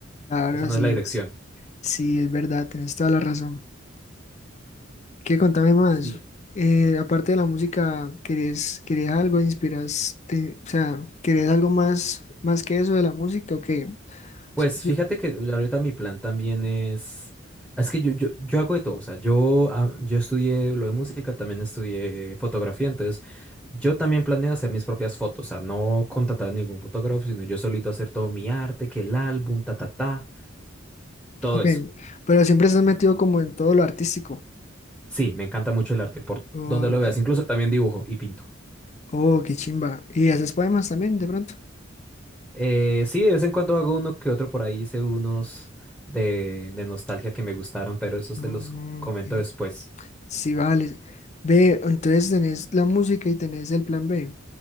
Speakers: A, on the left; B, in the centre.
A: Claro,
B: esa no
A: sí
B: es la
A: es,
B: dirección.
A: sí, es verdad, tenés toda la razón. ¿Qué contame más?
B: Sí,
A: Eh, aparte de la música, ¿querés, querés algo? ¿Inspiras? te- o sea, ¿querés algo más, más que eso de la música o qué?
B: Pues
A: Y-
B: fíjate que ahorita mi plan también es, es que yo, yo, yo hago de todo, o sea, yo, ah, yo estudié lo de música, también estudié fotografía, entonces yo también planeo hacer mis propias fotos, o sea, no contratar a ningún fotógrafo, sino yo solito hacer todo mi arte, que el álbum, ta, ta, ta, todo
A: Ok,
B: eso.
A: pero siempre estás metido como en todo lo artístico.
B: Sí, me encanta mucho el arte, por
A: Ok,
B: donde lo veas, incluso también dibujo y pinto.
A: oh, qué chimba. ¿Y haces poemas también de pronto?
B: Eh, sí, de vez en cuando hago uno que otro, por ahí hice unos de, de nostalgia que me gustaron, pero esos
A: No,
B: te los
A: no,
B: comento
A: ok,
B: después.
A: sí, vale. Ve, entonces tenés la música y tenés el plan B,